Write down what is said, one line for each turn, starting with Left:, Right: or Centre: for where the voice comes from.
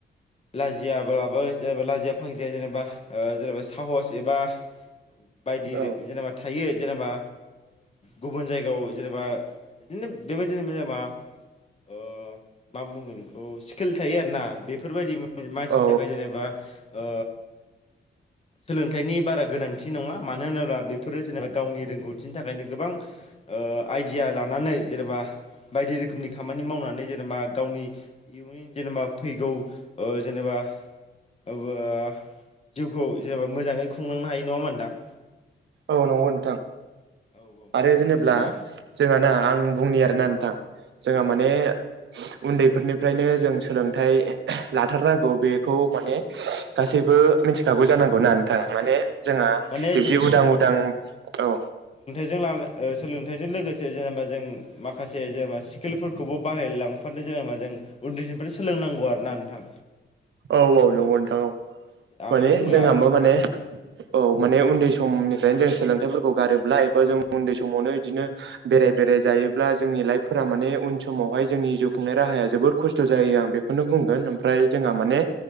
Left: लाजियाब्लाबो जेनेबा लाजिया फांजिया जेनेबा ओ जेनेबा साहस एबा बायदि
Right: औ
Left: जेनेबा थायो जेनेबा गुबुन ओ जायगायाव जेनेबा बिदिनो बेबायदिनो‌ जेनबा ओ मा बुंगोन बेखौ स्किल थायो आरोना बेफोरबायदि मानसिनि
Right: औ
Left: थाखाय जेनेबा ओ सोलोंथाइनि बारा गोनांथि नंङा मानो होनोब्ला बेफोरो जेनेबा गावनि रोंगौथिनि थाखायनो गोबां ओ आइदिया लानानै जेनेबा बायदि रोखोमनि खामानि मावनानै जेनेबा गावनि इयुननि जेनेबा फैगौ ओ जेनेबा बा अबो जिउखौ जेनेबा मोजांङै खुंलांनो हायो नंङा होमबा नोंथां?
Right: औ नोंगौ नोंथां।
Left: औ नोंथां
Right: आरो जेनेब्ला
Left: जेनेबा
Right: जोंहा ना आं बुंनि आरोना नोंथां जोंहा माने उन्दै फोरनिफ्रायनो जों सोलोंथाइ लाथारनांगौ बेखौ माने गासै बो मिथिखागौ जानांगौ ना नोंथां? माने
Left: औ
Right: जोंहा
Left: माने
Right: बिब्दि
Left: जों
Right: उदां उदां औ
Left: जों ला ओ सोलोंथाइजों लोगोसे जेनेबा जों माखासे जेनेबा स्किलफोरखौबो बाहायलांफानो जा जेनेबा जों उन्दैनिफ्रायनो सोलोंनांगौ आरो ना नोंथां।
Right: औ औ नोंगौ नोंथां औ
Left: आं
Right: माने
Left: बुंनो
Right: जोंहाबो माने औ माने उन्दै समनिफ्रायनो जों सोलोंथाइफोरखौ गारोब्ला एबा जों उन्दै समावनो बिदिनो बेराय बेराय जा योब्ला जोंनि लाइफफोरा माने उन समावहाय जोंनि जिउ खुंनाय राहाया जोबोद खस्थ' जायो आं बेखौनो बुंगोन ओम फ्राय जोंहा माने